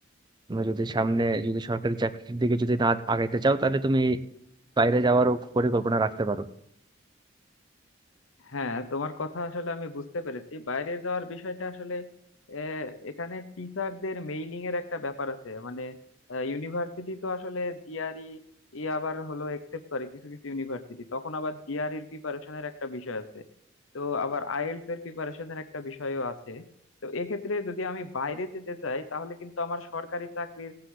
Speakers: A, on the right; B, on the left.
A: তুমি যদি সামনে যদি সরকারি চাকরির দিকে যদি না আগাইতে চাও তাহলে তুমি বাইরে যাওয়ারও পরিকল্পনা রাখতে পারো
B: হ্যাঁ তোমার কথা আসলে আমি বুঝতে পেরেছি বাইরে যাওয়ার বিষয়টা আসলে আহ, এখানে টিচারদের মেইলিং এর একটা ব্যাপার আছে মানে ইউনিভার্সিটি তো আসলে জিআরই ই আবার হলো একসেপ্ট করে কিছু কিছু ইউনিভার্সিটি তখন আবার জিআরইর প্রিপারেশনের একটা বিষয় আছে তো আবার আইএলটিএস এর প্রিপারেশনের একটা বিষয়ও আছে তো এক্ষেত্রে যদি আমি বাইরে যেতে চাই তাহলে কিন্তু আমার সরকারি চাকরির